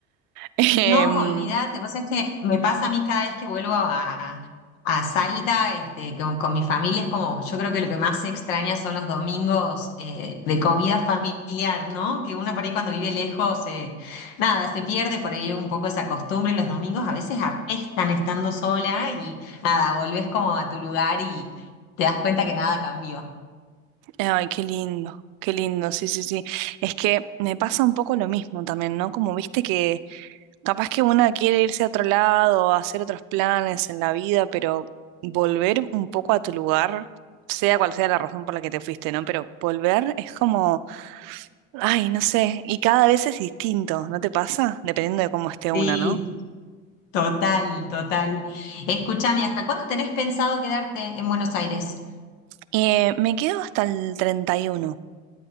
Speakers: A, on the right (about 55°); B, on the left (about 75°).
A: Em,
B: No, olvídate, vos es que me pasa a mí cada vez que vuelvo a, a Salta, este, con, con mi familia, es como, yo creo que lo que más se extraña son los domingos eh, de comida familiar, ¿no? Que uno por ahí cuando vive lejos, eh, nada, se pierde por ahí un poco esa costumbre, los domingos a veces apestan estando sola y nada, volvés como a tu lugar y te das cuenta que nada cambió.
A: ay, qué lindo, qué lindo, sí, sí, sí. Es que me pasa un poco lo mismo también, ¿no? Como viste que capaz que una quiere irse a otro lado, hacer otros planes en la vida, pero volver un poco a tu lugar, sea cual sea la razón por la que te fuiste, ¿no? Pero volver es como, ay, no sé, y cada vez es distinto, ¿no te pasa? Dependiendo de cómo esté una,
B: Sí,
A: ¿no?
B: total, total. Escúchame, ¿hasta cuándo tenés pensado quedarte en Buenos Aires?
A: Eh, me quedo hasta el treinta y uno